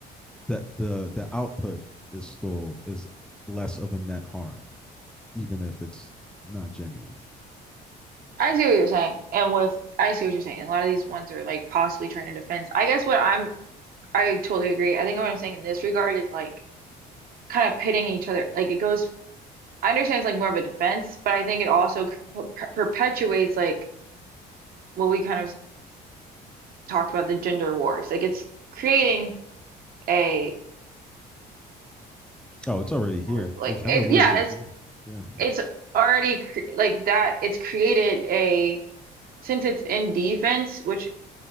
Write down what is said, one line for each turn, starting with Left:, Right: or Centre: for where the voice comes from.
Centre: that the the output is still is less of a net harm even if it's not genuine.
Right: I see what you're saying and with I see what you're saying a lot of these ones are like possibly trying to defend I guess what I'm I totally agree I think what I'm saying in this regard is like kind of pitting each other. Like it goes, I understand it's like more of a defense, but I think it also per- perpetuates like what we kind of talked about the gender wars. Like it's creating a
Centre: Oh, it's already here.
Right: what's it like
Centre: The gender
Right: it,
Centre: wars
Right: yeah,
Centre: is
Right: it's
Centre: here. Yeah.
Right: it's already cre like that. It's created a since it's in defense, which